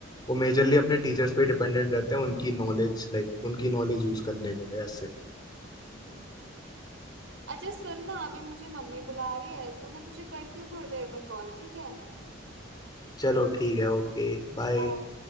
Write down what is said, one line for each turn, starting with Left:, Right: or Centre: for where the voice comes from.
Left: वो मेजरली अपने टीचर्स पे डिपेंडेंट रहते हैं उनकी नॉलेज लाइक उनकी नॉलेज यूज करने के लिए ऐसे
Right: हम्म अच्छा सुन ना अभी मुझे मम्मी बुला रही है तो मैं तुझे करती हूँ थोड़ी देर में कॉल ठीक है
Left: चलो ठीक है ओके बाय
Right: बाय